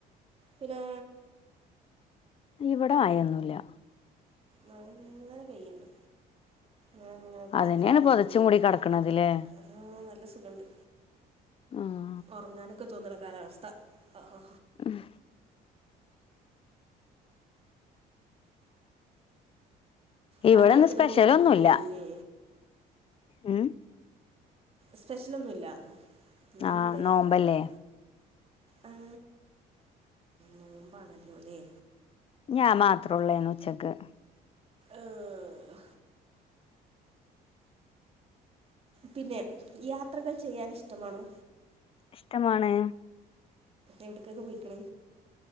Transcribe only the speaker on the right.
പിന്നെ
മഴങ്ങനെ പെയ്യണ്ട്. ങ്ങനെത്തെ
ചാറിങ്ങനെ
നിക്കാണ്
ഉം നല്ല സുഖണ്ട്.
ഉറങ്ങാനൊക്കെ തോന്നണ കാലാവസ്ഥ ആഹ.
താങ്കൾ കിടന്നുറങ്ങുന്നില്ലേ
സ്പെഷ്യലൊന്നൂല്ല. എന്നാലും
എന്തേലക്ക
ണ്ടാവല്ലോ ആഹ്. ആ നോമ്പാണല്ലോല്ലേ?
ആഹ് പിന്നെ യാത്രകൾ ചെയ്യാൻ ഇഷ്ടമാണോ?
എവിടക്കൊക്കെ പോയിക്കണ.